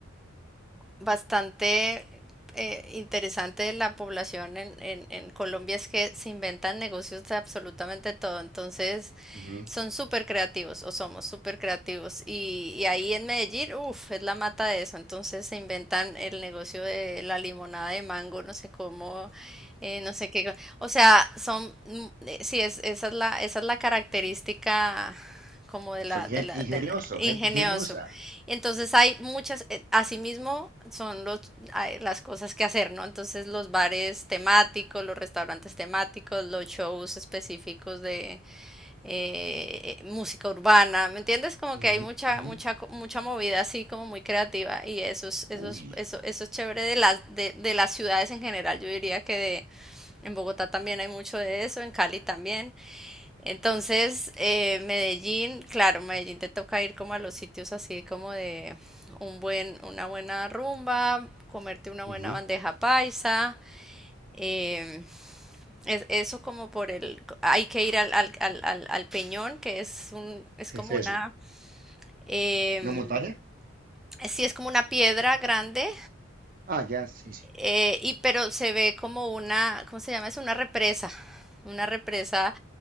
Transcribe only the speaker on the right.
ujú.
Son
gen-
ingeniosos,
gente ingeniosa.
Ujú,
ujú.
Uy.
ujú.
¿Qué
es eso?
¿Una montaña?
Ah, ya, sí, sí.